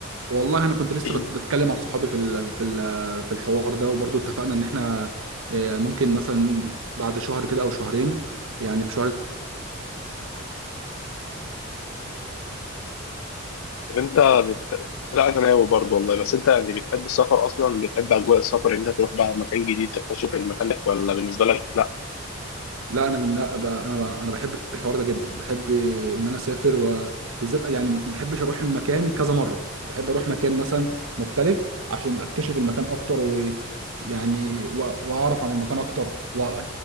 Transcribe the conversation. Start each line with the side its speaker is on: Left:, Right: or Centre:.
Right: والله انا كنت لسه
Left: <clears throat>
Right: بت- بتكلم مع صحابي في ال في ال في الحوار ده وبرضو اتفقنا ان احنا آه، ممكن مثلا بعد شهر كده او شهرين يعني في
Left: طب انت بت... لا انا ناوي برضه والله بس انت يعني بتحب السفر اصلا بتحب اجواء السفر إن انت تروح بقى مكان جديد تكتشف المكان ولا بالنسبه لك
Right: لا انا بن... لا ب... انا ب... انا بحب الحوار ده جدا بحب ان انا اسافر وبالذات يعني ما بحبش اروح المكان كذا مره بحب اروح مكان مثلا مختلف عشان اكتشف المكان اكتر ويعني و... واعرف عن المكان اكتر و...